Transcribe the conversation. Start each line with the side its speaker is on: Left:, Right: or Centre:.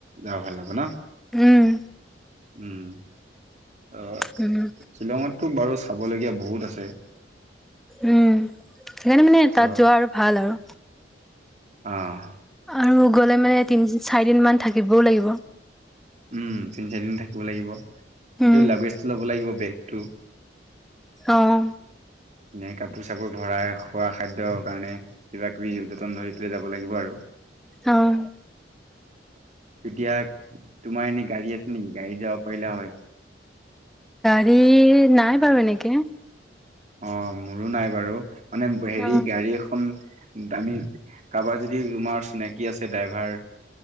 Right: যাব ভাল হ'ব ন।
Centre: উম।
Right: উম'। অহ,
Centre: উম,
Right: শ্বিলংতো বাৰু চাবলগীয়া বহুত আছে।
Centre: উম' সেইকাৰণে মানে
Right: ত
Centre: তাত যোৱা আৰু ভাল আৰু।
Right: অহ'।
Centre: আৰু গলে মানে তিনি চাৰি দিন মান থাকিবও লাগিব।
Right: উম' তিন চাৰিদিন থাকিব লাগিব। এই
Centre: উম,
Right: লাগেজটো ল'ব লাগিব বেগটো।
Centre: অহ'।
Right: এনে কাপোৰ চাপোৰ ভৰাই খোৱা খাদ্যৰ কাৰণে, কিবা কিবি যতন ধৰি পেলাই যাব লাগিব আৰু।
Centre: অহ'।
Right: তেতিয়া তোমাৰ এনে গাড়ী আছে নেকি? গাড়ীত যাব পাৰিলে হয়।
Centre: হেৰি, নাই বাৰু এনেকে।
Right: অহ' মোৰো নাই বাৰু মানে হেৰি
Centre: অ',
Right: গাড়ী এখন আমি কাৰোবাৰ যদি তোমাৰ চিনাকি আছে ড্ৰাইভাৰ